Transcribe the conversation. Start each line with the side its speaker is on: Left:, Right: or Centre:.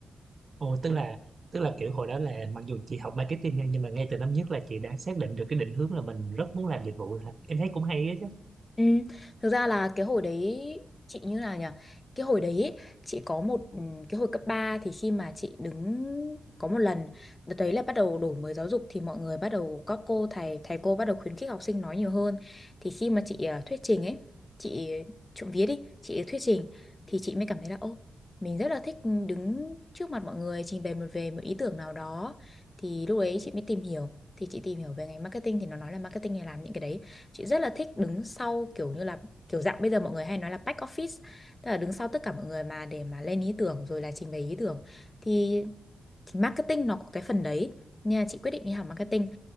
Right: Ồ, tức là tức là kiểu hồi đó là mặc dù chị học marketing nha, nhưng mà ngay từ năm nhất là chị đã xác định được cái định hướng là mình rất muốn làm dịch vụ hả? em thấy cũng hay á chứ
Left: Ừ. Thực ra là cái hồi đấy chị như là nhỉ cái hồi đấy ý, chị có một ừ, cái hồi cấp 3 thì khi mà chị đứng có một lần đợt đấy là bắt đầu đổi mới giáo dục thì mọi người bắt đầu các cô thầy thầy cô bắt đầu khuyến khích học sinh nói nhiều hơn thì khi mà chị ờ, thuyết trình ấy chị trộm vía đi chị thuyết trình thì chị mới cảm thấy là ô mình rất là thích đứng trước mặt mọi người trình bày một về một ý tưởng nào đó thì lúc đấy chị mới tìm hiểu thì chị tìm hiểu về ngành marketing thì nó nói là marketing này làm những cái đấy chị rất là thích đứng sau kiểu như là kiểu dạng bây giờ mọi người hay nói là back office tức là đứng sau tất cả mọi người mà để mà lên ý tưởng rồi là trình bày ý tưởng thì, thì marketing nó có cái phần đấy nên là chị quyết định đi học marketing